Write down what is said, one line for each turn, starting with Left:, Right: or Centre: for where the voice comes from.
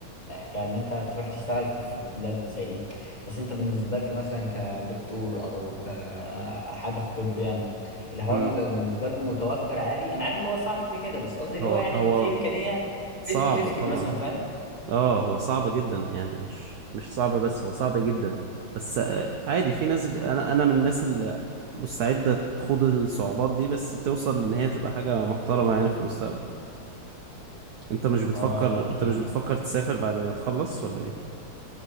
Left: كان انت تروح تشتغل في في بلاد زي دي بس انت بالنسبه لك مثلا كدكتور او كحاجه في طب يعني الحوار
Right: امم
Left: بيبقى بالنسبه لكم متوفر عادي انا عارف اللي هو صعب كده كده بس قصدي اللي
Right: هو
Left: هو يعني
Right: هو
Left: في امكانيه
Right: صعب
Left: 50 50
Right: طبعا
Left: مثلا فاهم
Right: اه هو صعب جدا يعني مش مش صعب بس هو صعب جدا بس آه، عادي في ناس بت- انا انا من الناس اللي مستعدة تخوض الصعوبات دي بس توصل ان هي تبقى حاجة محترمة يعني في المستقبل انت مش بتفكر
Left: اه اكيد
Right: انت مش بتفكر
Left: اكيد
Right: تسافر بعد ما تخلص ولا ايه